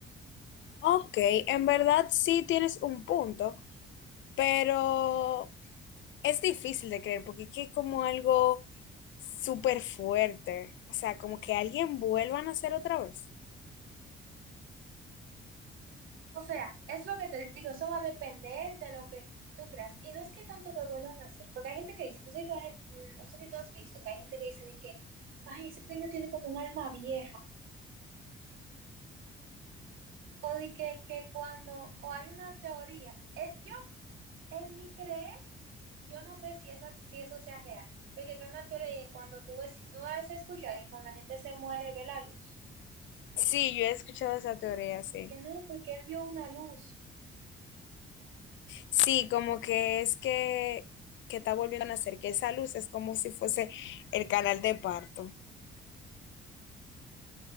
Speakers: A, on the left; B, on the right.
A: Ok, en verdad sí tienes un punto, pero es difícil de creer porque es que es como algo súper fuerte, o sea, como que alguien vuelva a nacer otra vez.
B: O sea, es lo que te digo, eso va a depender de lo que tú creas. Y no es que tanto que vuelvan a hacer, porque hay gente que dice, no sé si tú has, mm, no sé si tú has visto, que hay gente que dice de que, ay, ese niño tiene como un alma vieja, o de que, que cuando, o hay una teoría, eh, yo en mi creer yo no sé si, esa, si eso sea real, porque acá en la teoría es cuando tú ves, tú has escuchado y cuando la gente se muere ve la luz.
A: Sí, yo he escuchado esa teoría, sí.
B: Dije, no, porque él vio una luz.
A: Sí, como que es que, que está volviendo a nacer, que esa luz es como si fuese el canal de parto,